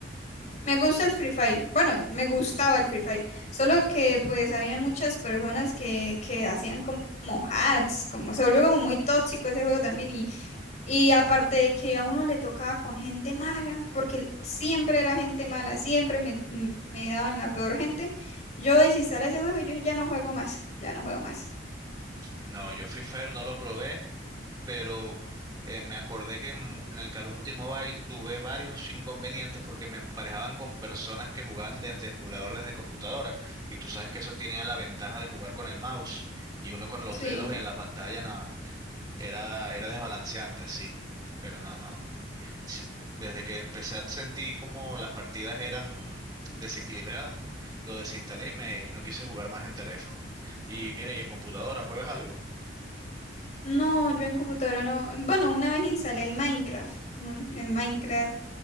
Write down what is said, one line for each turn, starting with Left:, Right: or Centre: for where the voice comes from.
Left: Me gusta el Free Fire. Bueno, me gustaba el Free Fire. Solo que pues había muchas personas que, que hacían como, como hacks, como se volvió como muy tóxico ese juego también. Y, y aparte de que a uno le tocaba con gente mala, porque siempre era gente mala, siempre me, me daban la peor gente. Yo desinstalé ese juego, yo ya no juego más, ya no juego más.
Right: No, yo Free Fire no lo probé, pero eh, me acordé que en, en el Call of Duty Mobile tuve varios inconvenientes porque me emparejaban con personas que jugaban desde emulador, desde computadora. Y tú sabes que eso tenía la ventaja de jugar con el mouse y uno con los
Left: Sí.
Right: dedos en la pantalla, nada. Era, era desbalanceante así, pero no, no. Sí, Desde que empecé a sentir como las partidas eran desequilibradas, lo desinstalé y, me, y no quise jugar más en teléfono. Y mira, y en computadora juegas algo
Left: No, yo en computadora no. Bueno, una vez instalé el Minecraft, ¿no? El Minecraft.